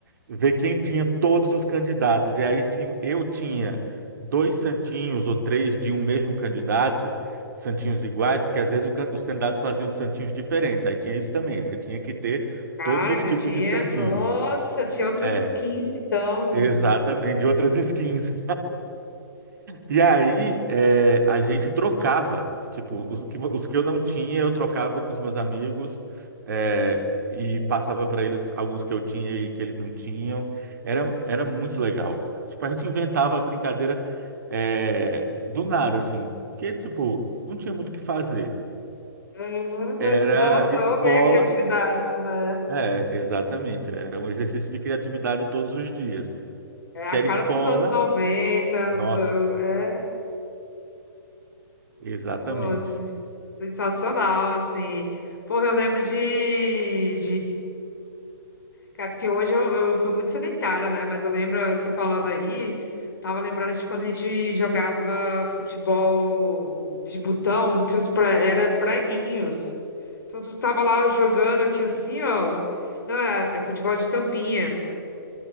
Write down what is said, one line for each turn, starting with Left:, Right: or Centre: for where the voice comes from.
Right: ver quem tinha todos os candidatos. E aí, se eu tinha dois santinhos ou três de um mesmo candidato, santinhos iguais, porque às vezes o can- os candidatos faziam santinhos diferentes. Aí tinha isso também. Você tinha que ter
Left: cara,
Right: todos os
Left: ainda
Right: tipos
Left: tinha.
Right: de santinho.
Left: Nossa, tinha outras
Right: É,
Left: skins, então.
Right: exatamente, de outras <laughs> skins. E aí, é, a gente trocava, tipo, os que, os que eu não tinha, eu trocava com os meus amigos, é, e passava para eles alguns que eu tinha e que eles não tinham. Era, era muito legal. Tipo, a gente inventava brincadeira, é, do nada, assim, porque, tipo, não tinha muito o que fazer.
Left: É,
Right: Era
Left: mas, nossa,
Right: escola,
Left: ó, bem a criatividade, né?
Right: é, exatamente, era um exercício de criatividade todos os dias.
Left: É a
Right: Que era
Left: cara
Right: escola,
Left: dos anos 90
Right: nossa,
Left: anos. ah, É,
Right: exatamente.
Left: pô, s- sensacional, assim. Porra, eu lembro de, Cara, porque hoje eu, eu sou muito sedentária, né? Mas eu lembro você falando aí, tava lembrando de quando a gente jogava futebol de botão, que os pre... era preguinhos. Então tu tava lá jogando aqui assim, ó. Não, é, é futebol de tampinha.